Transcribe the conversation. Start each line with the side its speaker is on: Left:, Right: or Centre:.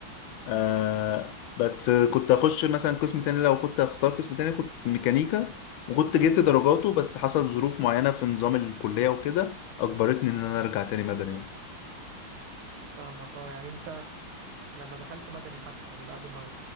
Left: آه بس كنت اخش مثلا قسم تاني لو كنت اختار قسم تاني كنت ميكانيكا وكنت جبت درجاته بس حصل ظروف معينة في نظام الكلية وكده اجبرتني ان انا ارجع تاني مدني
Right: فاهمك اه يعني انت لما دخلت مدني حتى يعني بعد ما